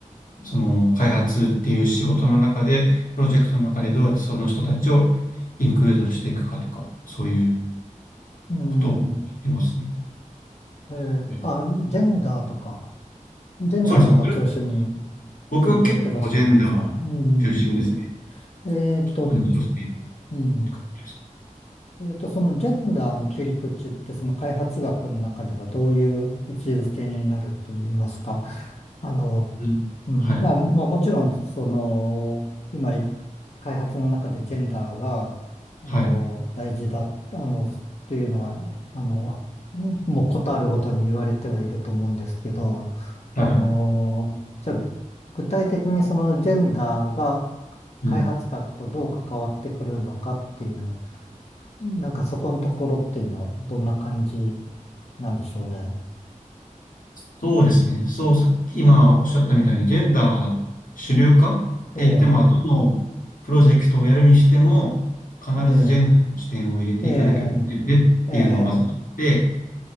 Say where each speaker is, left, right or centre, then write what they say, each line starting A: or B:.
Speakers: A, on the left; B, on the left.
A: その開発っていう仕事の中で、プロジェクトの中でどうやってその人たちをインクルードしていくかとか、そういう
B: うん、
A: ことを言ってますね。
B: えーあ、
A: ね
B: ジェンダーとか、ジェンダーとか中心
A: そうです。僕、僕は結構ジェンダー中心ですね。
B: にやってらっしゃるんですか。うんえっと、
A: 特に女性っ
B: うん。
A: て感じです。
B: えっと、そのジェンダーの切り口って、その開発学の中ではどういう位置づけになると言いますか。あの、
A: うん。
B: うん。
A: はい。
B: あ、まあ、もちろん、その、今い開発の中でジェンダーが、あの、
A: はい。
B: 大事だ、あの、っていうのは、あの、もうことあるごとに言われてはいると思うんですけど、
A: はい。
B: あの、じゃあ具体的にそのジェンダーが、
A: うん。
B: 開発学とどう関わってくるのかっていう、なんかそこのところっていうのはどんな感じなんでしょうね。
A: そうですね。そう、さっき今おっしゃったみたいに、ジェンダー主流化って言っても、
B: ええ、
A: どのプロジェクトをやるにしても、必ずジェンダーの視点を入れていかなきゃダメでねっていうのはまずあって、
B: ねえ、ええ、ええ、